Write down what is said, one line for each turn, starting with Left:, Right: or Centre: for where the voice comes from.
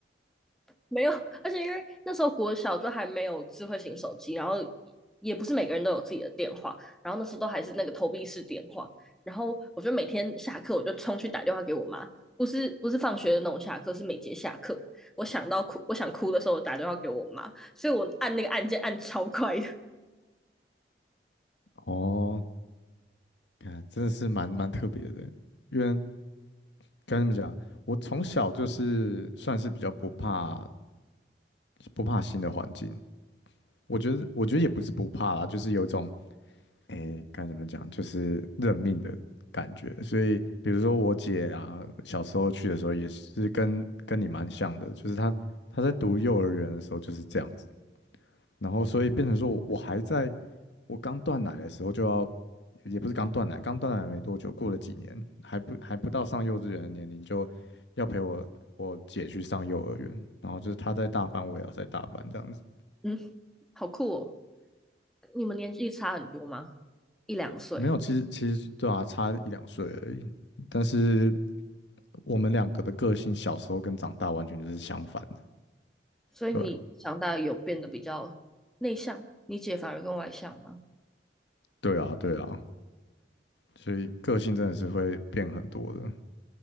Centre: 没有，而且因为那时候国小就还没有智慧型手机，然后也不是每个人都有自己的电话，然后那时候都还是那个投币式电话，然后我就每天下课我就冲去打电话给我妈，不是不是放学的那种下课，是每节下课，我想到哭，我想哭的时候我打电话给我妈，所以我按那个按键按超快的，
Left: <laughs> 哦，看真的是蛮蛮特别的，因为跟你们讲，我从小就是算是比较不怕不怕新的环境，我觉得我觉得也不是不怕啦，就是有一种。诶，该怎么讲，就是认命的感觉。所以，比如说我姐啊，小时候去的时候也是跟跟你蛮像的，就是她她在读幼儿园的时候就是这样子，然后所以变成说我我还在我刚断奶的时候就要，也不是刚断奶，刚断奶没多久，过了几年还不还不到上幼稚园的年龄，就要陪我我姐去上幼儿园，然后就是她在大班，我也要在大班这样子。
Centre: <laughs> 嗯，好酷哦！你们年纪差很多吗？一两岁，
Left: 没有，其实其实对啊，差一两岁而已。但是我们两个的个性小时候跟长大完全就是相反的。
Centre: 所以你长大有变得比较内向，
Left: 对，
Centre: 你姐反而更外向吗？
Left: 对啊，对啊，所以个性真的是会变很多的。